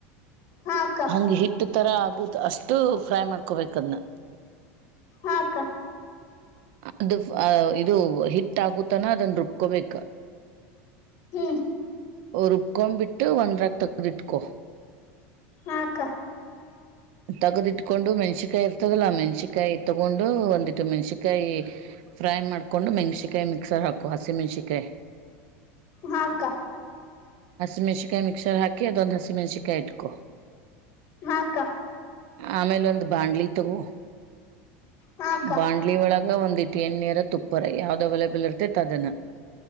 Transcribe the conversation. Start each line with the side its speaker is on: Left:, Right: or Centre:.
Left: ಹಾಕ
Right: ಹಂಗ ಹಿಟ್ ಎಷ್ಟ ತರ ಆಗುದ ಅಷ್ಟು ಫ್ರೈ ಮಾಡ್ಕೊಬೇಕ ಅದನ್ನ
Left: ಹಾಕ್ಕ
Right: ಅದು ಇದು ಹಿಟ್ ಆಗುತ್ತಾನ ಅದನ್ನ ರುಬ್ಕೋಬೇಕ
Left: ಹ್ಮ್
Right: ್ರುಬ್ಕೊಂಡ್ಬ ಬಿಟ್ಟು ಒಂದ್ರಕ್ ತಗದ್ ಇಟ್ಕೊ
Left: ಹಾಕ್ಕ
Right: ತಗ್ದಿ ಇಟ್ಕೊಂಡು ಮೆಣಸನ್ಕಾಯಿ ಇರ್ತದಲ್ಲಾ ಮೆಣಸಕಾಯಿ ತಗೊಂಡು ಒಂದಿಟ್ಟು ಮೆಣಸಕಾಯಿ ಕಾಯಿ ಫ್ರೈ ಮಾಡ್ಕೊಂಡು ಮೆಣ್ಸಕಾಯಿ ಮಿಕ್ಸರ್ ಹಾಕು ಹಸಿ ಮೆಣ್ಸನ್ಕಾಯಿ
Left: ಹಾಕ್ಕಾ
Right: ಹಸಿಮೆಣಸನ್ಯಿಕ್ಸ ಹಾಿ ಅದೊ್ ಹಸಿ ಮೆಣಸನ್ಾಯಿ ಇಕೋ
Left: ಹಾಕ್ಕ
Right: ಆಮೇಲೆ ಒಂದ್ ಬಾಂಡ್ಲಿ ತಗೋ
Left: ಹಾಕ
Right: ಬಾಣ್ಲಿ ಒಳಗ ಒಂದ್ ಇಟ್ಟ ಎಣ್ಣೀರ ತುಪ್ಪಾರ ಯಾವ್ದ ಅವೈಲೇಬಲ್ ಇರುತ್ತೆ ಅದನ್ನು